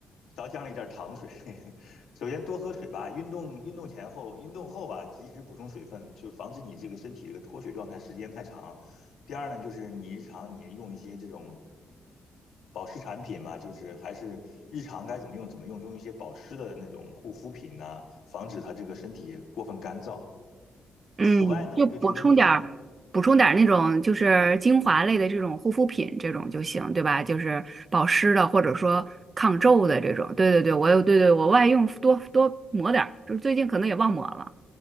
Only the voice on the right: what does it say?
嗯，
就补充点儿补充点儿那种就是精华类的这种护肤品这种就行，
对吧？就是保湿的，或者说抗皱的这种。对对对，我有，对对，我外用多多抹点儿就是最近可能也忘抹了。